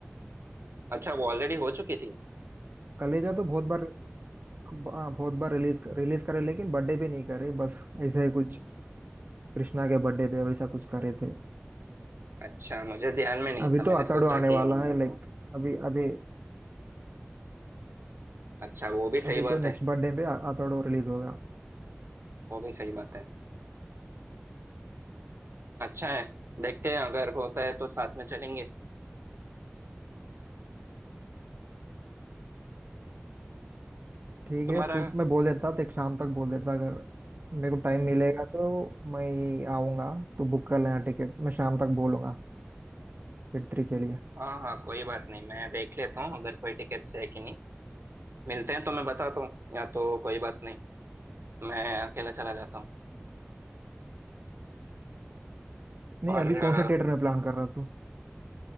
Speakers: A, on the right (about 80°); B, on the right (about 50°).
A: अच्छा वो ऑलरेडी हो चुकी थी
B: कलेजा तो बहुत बार आ, बहुत बार रिलीज रिलीज करे लेकिन बर्थडे पे नहीं करे बस ऐसा ही कुछ कृष्णा के बर्थडे पे वैसा कुछ करे थे
A: अच्छा मुझे ध्यान में नहीं
B: अभी
A: था मैंने
B: तो आतड़ू
A: सोचा
B: आने
A: कि
B: वाला
A: नहीं होती
B: है लाइक अभी अभी
A: अच्छा वो भी
B: अभी
A: सही बात
B: तो नेक्स्ट
A: है
B: बर्थडे पे आ- आतड़ू रिलीज होगा
A: वो भी सही बात है अच्छा है देखते हैं अगर होता है तो साथ में चलेंगे
B: ठीक
A: तुम्हारा
B: है तू मैं बोल देता देख शाम तक बोल देता अगर मेरे को टाइम मिलेगा तो मैं आऊँगा तो बुक कर लेना टिकट मैं शाम तक बोलूँगा थिएटर थ्री के लिए
A: हाँ हाँ कोई बात नहीं मैं देख लेता हूँ अगर कोई टिकट्स है कि नहीं मिलते हैं तो मैं बताता हूँ या तो कोई बात नहीं मैं अकेला चला जाता हूँ
B: नहीं
A: और
B: अभी
A: अ,
B: कौन से थिएटर में प्लान कर रहा तू